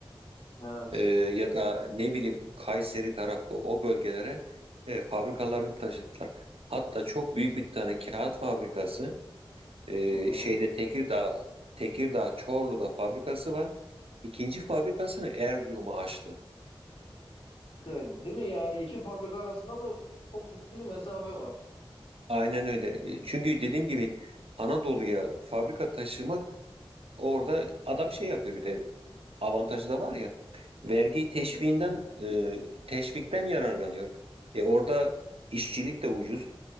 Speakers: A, on the left; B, on the right.
A: Evet.
B: e, ya da ne bileyim Kayseri tarafı o bölgelere e, fabrikalarını taşıttılar. Hatta çok büyük bir tane kağıt fabrikası e,
A: Hı hı.
B: şeyde Tekirdağ Tekirdağ Çorlu'da fabrikası var. İkinci fabrikasını Erzurum'a açtı.
A: Evet, değil mi? Yani iki fabrika arasında da çok ciddi mesafe var.
B: Aynen öyle. E, Çünkü dediğim gibi Anadolu'ya fabrika taşımak orada adam şey yapıyor bir de avantajı da var ya vergi teşviğinden
A: Hı hı.
B: e, teşvikten yararlanıyor. E orada işçilik de ucuz.